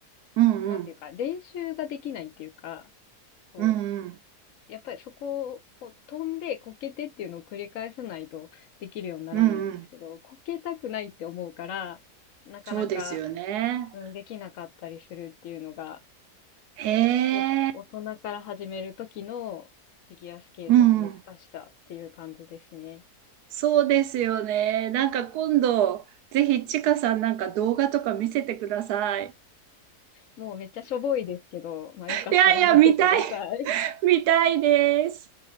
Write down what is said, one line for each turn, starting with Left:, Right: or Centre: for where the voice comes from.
Right: うんうん。
Left: なんていうか、練習ができないっていうか、こ
Right: うんうん。
Left: う、やっぱりそこを飛んでこけてっていうのを繰り返さないとできるようにならないんですけど、
Right: うんうん。
Left: こけたくないって思うから、なかなか、
Right: そうですよね。
Left: うん、できなかったりするっていうのが
Right: へえ、
Left: お大人から始める時のフィギュアスケートの難しさっていう感じですね。
Right: うん。そうですよね。なんか今度、ぜひちかさんなんか動画とか見せてください。
Left: もうめっちゃしょぼいですけど、まあよかったら見てください。
Right: いやいや、見たい、<laughs> 見たいです。